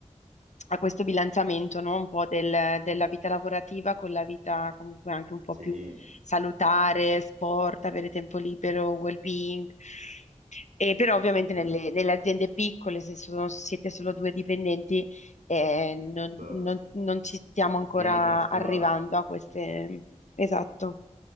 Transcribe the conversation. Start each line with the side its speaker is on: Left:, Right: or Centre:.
Left: a questo bilanciamento, no? Un po' del- della vita lavorativa con la vita comunque anche un po'
Right: Sì,
Left: più salutare, sport, avere tempo libero, well-being. E però ovviamente
Right: certo,
Left: nelle, nelle aziende piccole, se sono- siete solo due dipendenti, eh, non,
Right: esatto.
Left: non- non ci stiamo ancora
Right: Viene trascurato.
Left: arrivando a queste... Esatto.